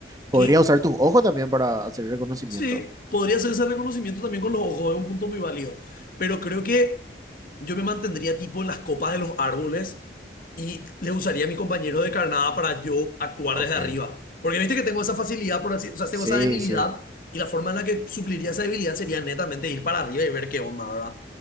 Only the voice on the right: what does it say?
Podría
usar tus ojos también para hacer reconocimiento.
Ok.
Sí,
sí.